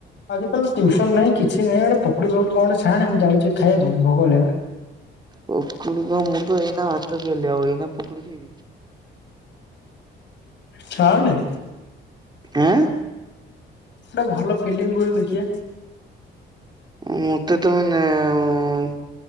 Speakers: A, on the left; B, on the right.
A: ଆଜିିକାଲି ଟ୍ୟୁୟୁସନ ନାହିଁ କିଛି ନାହିଁ ଗୋଟେ ପକୁଡି ଫକୁଡି କଣ ଗୋଟେ ଝାଣେ ମୁଁ ଯାଉଛି ଖାଇବାକୁ ଭୋକ ହେଲାଣି।
B: ପକୁଡି କଣ ମୁଁ ତ ଏଇନା ଭାତ ପିଇଲି ଆଉ ଏଇନା ପକୁଡି ଖାଇବି।
A: ଛାଡେ।
B: ଆଁ।
A: ଗୋଟେ ଭଲ ଫିଲିମ୍ କହିଲୁ ଦେଖିବା।
B: ମୋତେ ତ ମାନେ ଆଉ